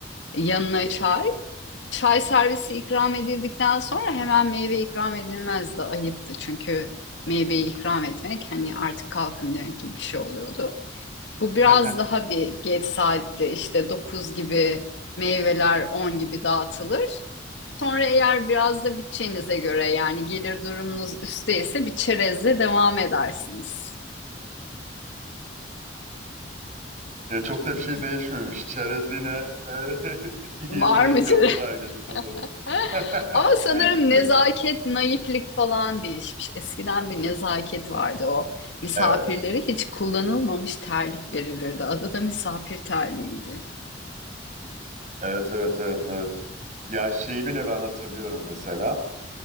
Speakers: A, on the left; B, on the right.
A: Yanına çay. Çay servisi ikram edildikten sonra hemen meyve ikram edilmezdi. Ayıptı çünkü meyveyi ikram etmek hani artık kalkın demek gibi bir şey oluyordu. Bu biraz
B: <laughs>
A: daha bir geç saatte işte 9 gibi meyveler 10 gibi dağıtılır. Sonra eğer biraz da bütçenize göre yani gelir durumunuz üsteyse bir çerezle devam edersiniz.
B: Ya çok da bir şey
A: D-
B: değişmemiş. Çerez yine e, <laughs> iyi
A: Var
B: durum
A: mı
B: göstergesi
A: çerez?
B: sanırım.
A: <laughs>
B: <laughs>
A: Ama sanırım nezaket, naiflik falan değişmiş. Eskiden bir nezaket vardı o. Misafirlere
B: Evet.
A: hiç kullanılmamış terlik verilirdi. Adı da misafir terliğiydi.
B: Evet, evet, evet, evet. Ya şeyi bile ben hatırlıyorum mesela.